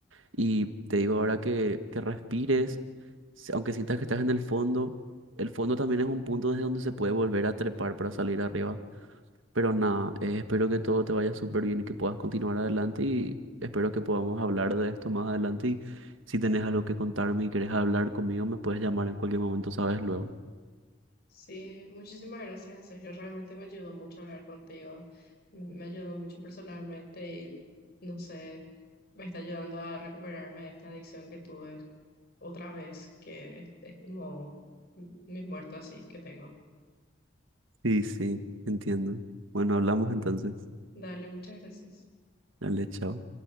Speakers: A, on the right (about 80°); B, on the left (about 50°).
A: Y te digo ahora que, que respires, si- aunque sientas que estás en el fondo, el fondo también es un punto desde donde se puede volver a trepar para salir arriba. Pero nada, eh, espero que todo te vaya súper bien y que puedas continuar adelante y espero que podamos hablar de esto más adelante. Y si tenés algo que contarme y querés hablar conmigo, me puedes llamar en cualquier momento, sabes luego.
B: Sí, muchísimas gracias, en serio, realmente me ayudó mucho hablar contigo, m- me ayudó mucho personalmente y no sé, me está ayudando a recuperarme de esta adicción que tuve otra vez, que es, es como mi muerto así que tengo.
A: Sí, sí, entiendo. Bueno, hablamos entonces.
B: Dale, muchas gracias.
A: Dale, chao.